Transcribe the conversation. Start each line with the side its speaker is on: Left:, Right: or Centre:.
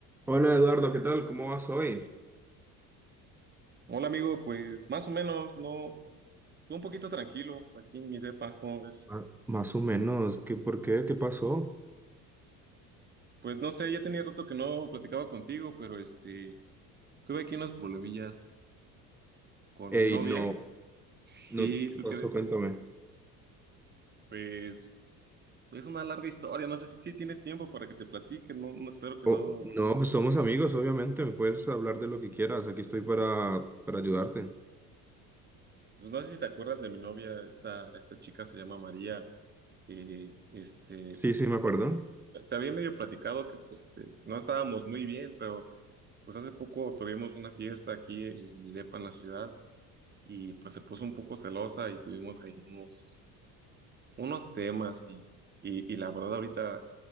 Centre: Hola Eduardo, ¿qué tal? ¿Cómo vas hoy?
Right: Hola amigo, pues más o menos, no, estuve un poquito tranquilo aquí en mi depa, ¿cómo ves?
Centre: Ma- Más o menos, ¿qué por qué? ¿Qué pasó?
Right: Pues no sé, ya tenía rato que no platicaba contigo, pero este, tuve aquí unos problemillas co- con,
Centre: Ey,
Right: mi novia.
Centre: no, no,
Right: ¿Y
Centre: ¿qué
Right: tú
Centre: pasó?
Right: qué ves?
Centre: Cuéntame.
Right: Pues es una larga historia, no sé si, si tienes tiempo para que te platique, no, no espero que
Centre: Oh,
Right: no.
Centre: no, pues somos amigos, obviamente, me puedes hablar de lo que quieras, aquí estoy para, para ayudarte.
Right: Pues no sé si te acuerdas de mi novia, esta, esta chica se llama María. eh, este,
Centre: Sí, sí, me acuerdo.
Right: te había medio platicado que pues eh, no estábamos muy bien, pero pues hace poco tuvimos una fiesta aquí en mi depa en la ciudad. y pues se puso un poco celosa y tuvimos ahí unos, unos temas y, y, y la verdad ahorita